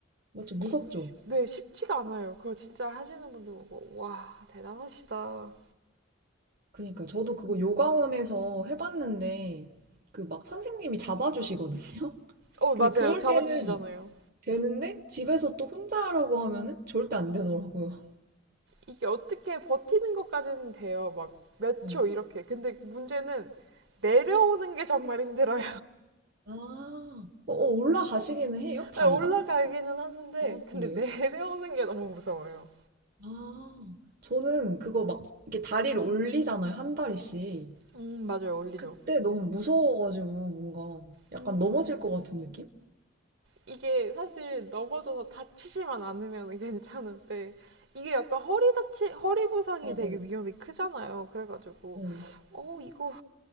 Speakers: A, on the right (about 50°); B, on the right (about 65°).
A: 맞죠. 무섭죠.
B: 어 네 쉽지가 않아요. 그거 진짜 하시는 분들 보고 와 대단하시다.
A: 그러니까 저도 그거 요가원에서 해봤는데 그 막 선생님이 잡아주시거든요. <laughs>
B: 어
A: 근데
B: 맞아요
A: 그럴
B: 잡아주시잖아요.
A: 때는 되는데 집에서 또 혼자 하라고 하면은 절대 안 되더라고요.
B: 이게 어떻게 버티는 것까지는 돼요. 막 몇
A: 네.
B: 초 이렇게. 근데 문제는 내려오는 게 정말 힘들어요.
A: 아, 어, 어, 올라가시기는 해요? 다리가?
B: 아니, 올라가기는 하는데
A: 아
B: 근데
A: 그래요?
B: <laughs> 내려오는 게 너무 무서워요.
A: 아, 저는 그거 막 이렇게 다리를 올리잖아요. 한 다리씩.
B: 음 맞아요 올리죠.
A: 그때 너무 무서워가지고 뭔가 약간
B: 음
A: 넘어질 것 같은 느낌?
B: 이게 사실 넘어져서 다치지만 않으면 <laughs> 괜찮은데 이게 약간 허리 다치 허리 부상이
A: 맞아요.
B: 되게 위험이 크잖아요. 그래가지고
A: 네.
B: 어 이거